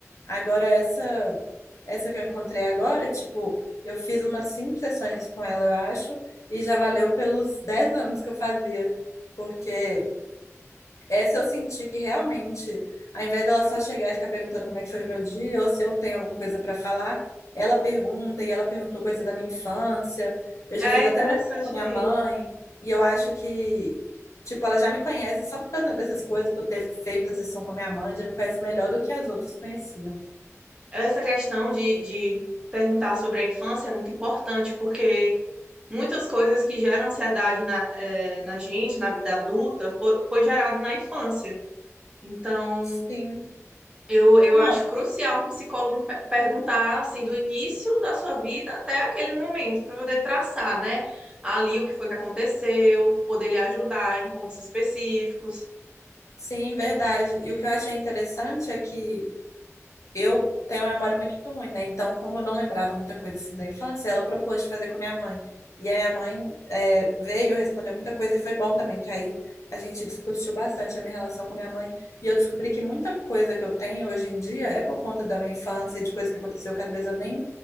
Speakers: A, on the left (about 70°); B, on the right (about 15°).
A: Agora essa essa que eu encontrei agora, tipo, eu fiz umas cinco sessões com ela, eu acho, e já valeu pelos dez anos que eu fazia, porque essa eu senti que realmente, ao invés dela só chegar e ficar perguntando como é que foi meu dia, ou se eu tenho alguma coisa para falar, ela pergunta e ela perguntou coisa da minha infância. Eu
B: É
A: já fiz
B: interessante
A: até uma história com minha mãe,
B: isso.
A: e eu acho que, tipo, ela já me conhece só por causa dessas coisas, por ter feito a sessão com a minha mãe, já me conhece melhor do que as outras conheciam.
B: Essa questão de, de perguntar sobre a infância é muito importante, porque Muitas coisas que geram ansiedade na, eh, na gente, na vida adulta, foi, foi gerado na infância. Então,
A: Sim.
B: eu, eu
A: Não,
B: acho crucial um psicólogo pe- perguntar, assim, do início da sua vida até aquele momento, para poder traçar, né, ali o que foi que aconteceu, poder lhe ajudar em pontos específicos.
A: sim, verdade. E o que eu achei interessante é que Eu tenho uma memória muito ruim, né? Então, como eu não lembrava muita coisa assim da infância, ela propôs de fazer com a minha mãe. E a minha mãe é, veio, respondeu muita coisa e foi bom também, que aí a gente discutiu bastante a minha relação com a minha mãe. E eu descobri que muita coisa que eu tenho hoje em dia é por conta da minha infância e de coisa que aconteceu que às vezes eu nem